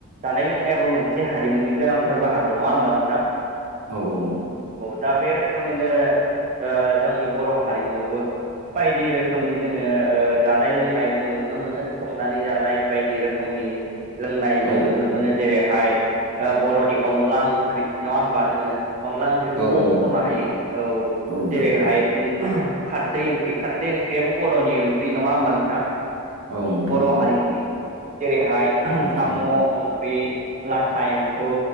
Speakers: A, on the right; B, on the right.
A: जानाय लोंनायाबो मोनसे हारिमुनि गोनांथार बाहागो नङा होमबा नोंथां?
B: औ औ औ
A: दा बे रोखोमैनो ओ जोंनि बर' हारिमुआवबो बायदि रोखोमनि जोङो ओ जानाय लोंनाय जों नुनो मोनो संनानै जानाय बायदि रोखोमनि दि लोंनाय जों
B: औ
A: नुनो मोनो जेरैहाय ओ बर'नि अनला ओंख्रि नङा होमबा जोङो अनला ओंख्रिखौबो
B: औ
A: मख'नो
B: नोंथां
A: हायो औ
B: नोंथां
A: जेरैहाय
B: औ
A: खारदै ओंख्रि खारदै ओंख्रियाबो बर'नि ओंख्रि नङा होमबा नोंथां
B: औ नोंथां
A: बर' हारिमुनि जेरै बेहाय
B: औ नोंथां
A: साम'
B: औ
A: ओंख्रि लाथा एम्फौ